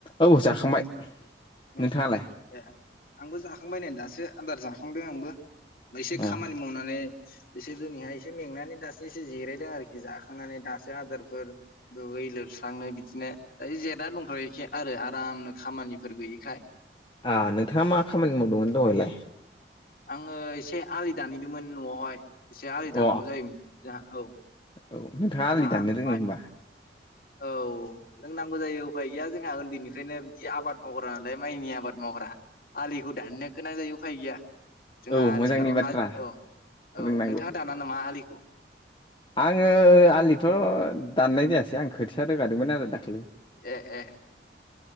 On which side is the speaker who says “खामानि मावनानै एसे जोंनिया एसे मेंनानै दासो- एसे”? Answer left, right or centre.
Left